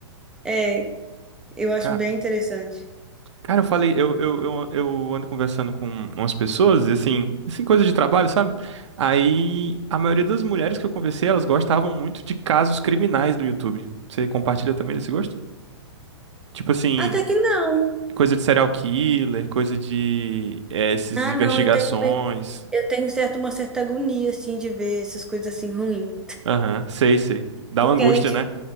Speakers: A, in the centre; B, on the right.
A: É, eu acho
B: Ca-
A: bem interessante.
B: Cara, eu falei, eu, eu, eu, eu ando conversando com umas pessoas, e assim, assim, coisa de trabalho, sabe? Aí a maioria das mulheres que eu conversei, elas gostavam muito de casos criminais no YouTube. Você compartilha também desse gosto? Tipo assim,
A: Até que não.
B: Coisa de serial killer, coisa de eh, essas
A: Ah,
B: investigações.
A: não, eu tenho, meio- eu tenho certo, uma certa agonia, assim, de ver essas coisas assim ruins.
B: Aham, sei, sei. Dá
A: Porque
B: uma angústia,
A: a gente.
B: né?